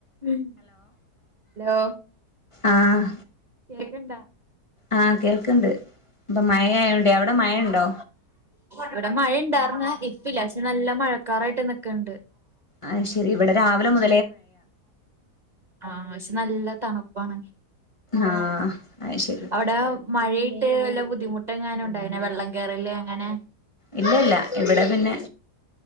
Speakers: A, on the right; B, on the left.
A: ഹലോ
B: ആഹ
A: കേക്കണ്ടാ
B: ആഹ കേൾക്കണ്ട് ഇപ്പൊ മഴ ആയോണ്ട് അവിടെ മഴുണ്ടോ
A: ഇവിടെ മഴ ഇണ്ടായിാരുന്ന ഇപ്പല്ല പക്ഷെ നല്ല മഴക്കാറായിട്ട്ന്നൊക്കെുണ്ട്
B: ആഹ ശരി ഇവിടെ രാവിലെ മുത
A: ആ പക്ഷെ നല്ല തണുപ്പാണങ്കി ആ
B: ആഹ് അത് ശരി
A: അവിടെ മഴട്ട് വല്ല ബുദ്ധിമുട്ട് എങ്ങാന ഉണ്ടായിെ വെം കേറല്ലേ അങ്ങനെ
B: ഇല്ലല്ല ഇവിടെ പിന്നെ